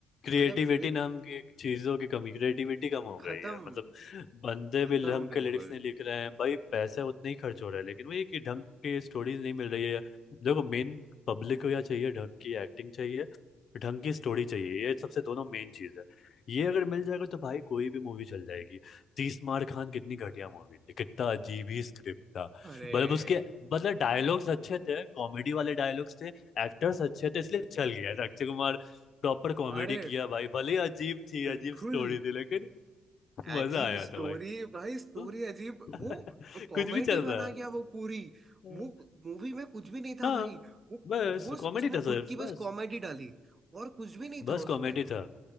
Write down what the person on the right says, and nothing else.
मतलब एक
खत्म
खत्म
बिल्कुल
अरे
अरे
बिल्कुल
अजीब
स्टोरी
भाई स्टोरी
अजीब
वो कॉमेडी
बना
गया वो पूरी
वो मूवी में कुछ भी नहीं था
भाई वो
वो
उसने
खुद
की बस
कॉमेडी डाली और कुछ भी नहीं
था उसमें